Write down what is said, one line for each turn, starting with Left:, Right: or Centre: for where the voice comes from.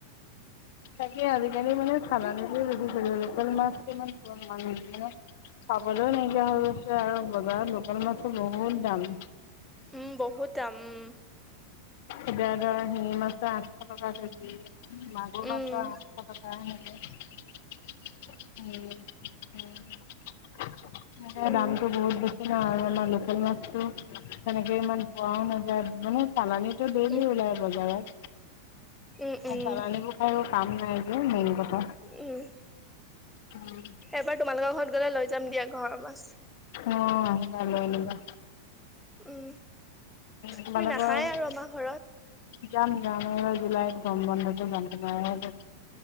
Left: তাকে আজিকালি মানে চালানটো বেছি চলে, লোকেল মাছটো ইমান খোৱা <unintelligible> পাবলেও নাইকিয়া হৈ গৈছে আৰু বজাৰত লোকেল মাছটো বহুত দাম।
Centre: উম বহুত দাম উম।
Left: এতিয়া ধৰ শিঙি মাছৰ আঠশ টকা কেজি। মাগুৰ
Centre: উম
Left: মাছৰ আঠশ টকা সেনেকে উম। উম, তাকে
Centre: উম
Left: দামটো বহুত বে ন আমাৰ লোকেল মাছতো তেনেকে ইমান খুৱাও নাযায় মানে চালানিত তো ডেইলি
Centre: উম
Left: উলায় বজাৰত,
Centre: উম উম
Left: চালনিবো আৰু কাম নাই যে মেইন কথা।
Centre: উম,
Left: উম,
Centre: এবাৰ তোমালোকৰ ঘৰত গ'লে লৈ যাম দিয়া ঘৰৰ মাছ।
Left: অ আহিবা লৈ আহিবা।
Centre: উম,
Left: তোমালোকৰ
Centre: তুমি নাহায় আৰু আমাৰ ঘৰত।
Left: যাম যাম এবাৰ জুলাইত গৰম বন্ধতে যাম তোমাৰ ঘৰলে।